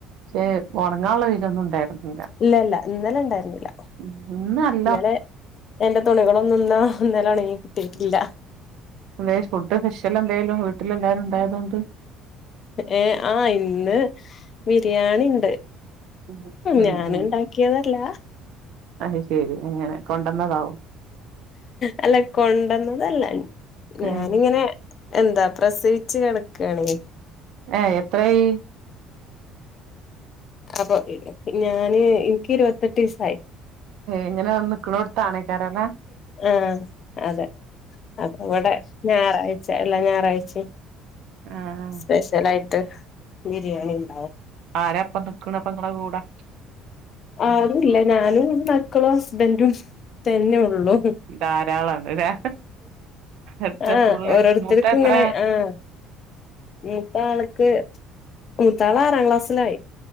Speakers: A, on the right; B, on the left.
A: പഷെ ഒണങ്ങാള്ള വെയിലൊന്നും ഉണ്ടായിരുന്നില്ല
B: ഇല്ല ഇല്ല ഇന്നലെ ഇണ്ടായിരിന്നില്ല
A: ഇന്ന് നല്ല
B: ഇന്നലെ ഇന്നലെ എന്റെ തുണികളൊന്നും ഇന്ന ഇന്നലെ ഒണങ്ങി കിട്ടിയിട്ടില്ല
A: <unintelligible> ഫുഡ് സ്പെഷ്യലെന്തേലും വീട്ടിൽ എല്ലാരും ഉണ്ടായതുകൊണ്ട്
B: ഏ ആ ഇന്ന് ബിരിയാണി ഇണ്ട്
A: ഉം
B: ഞാന്
A: ഉം
B: ഉണ്ടാക്കിയതല്ല
A: അത് ശെരി അങ്ങനെ കൊണ്ടന്നതാവും
B: അല്ല കൊണ്ടന്നതല്ല ഞാനിങ്ങനെ
A: ഏഹ്
B: എന്താ പ്രസവിച്ചു കിടക്കേണേ
A: ഏ എത്രെയി
B: അപ്പൊ ഞാന് എനിക്ക് ഇരുപത്തെട്ട് സായി
A: എങ്ങനെ നിക്കണോടുത്താണേക്കരല
B: ആ അതെ അപ്പൊ ഇവടെ ഞായറാഴ്ച്ച എല്ലാം ഞായറാഴ്ച്ചെം
A: ആഹ്
B: സ്പെഷ്യലായിട്ട് ബിരിയാണി ണ്ടാ.
A: ആരാ ഇപ്പ നിക്കണ അപ്പ നിങ്ങളടെ കൂടെ
B: ആരൂല്ല ഞാനും മക്കളും ഹസ്ബന്റും തന്നെ ഉള്ളു
A: ധാരാളാണ് ല്ലേ എത്ര
B: ആഹ്
A: പുള്ളേ
B: ഓരോരുത്തർക്ക്
A: മൂത്തെ എത്ര
B: ഇങ്ങനെ ആഹ് മൂത്താൾക്ക് മൂത്താൾ ആറാം ക്ലാസ്സിലായി